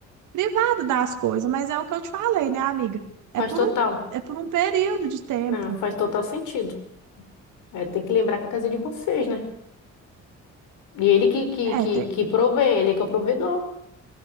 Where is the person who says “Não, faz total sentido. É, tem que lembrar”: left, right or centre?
Left